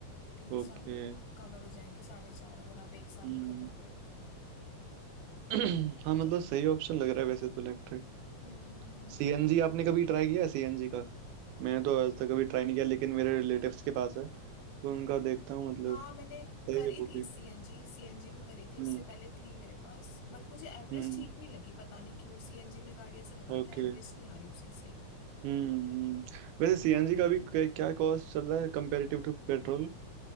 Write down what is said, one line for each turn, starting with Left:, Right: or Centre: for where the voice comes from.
Left: तीन साल
Right: ओके
Left: में कवर हो जाएंगे साढ़े चार अगर आप एक साल
Right: हम्म
Left: में खत्म कर रहे हो तो
Right: <clears throat> हाँ मतलब
Left: तो
Right: सही ऑप्शन लग रहा है वैसे तो इलेक्ट्रिक
Left: हम्म हम्म, हम्म।
Right: सीएनजी आपने कभी ट्राई किया है? सीएनजी का मैंने तो आज तक कभी ट्राई नहीं किया लेकिन मेरे रिलेटिव्स के पास है तो उनका देखता हूँ मतलब
Left: हाँ मैंने
Right: सही
Left: करी
Right: है वो
Left: थी
Right: भी
Left: सीएनजी सीएनजी भी करी थी
Right: हम्म
Left: इससे पहले थी मेरे पास बट मुझे एवरेज
Right: हम्म
Left: ठीक नहीं लगी पता नहीं क्यों सीएनजी में गाड़ी ऐसा लग रहा
Right: ओके
Left: था एवरेज नहीं आ रही उसकी सही
Right: हम्म हम्म वैसे सीएनजी का भी क- क्या कॉस्ट चल रहा है comparative to petrol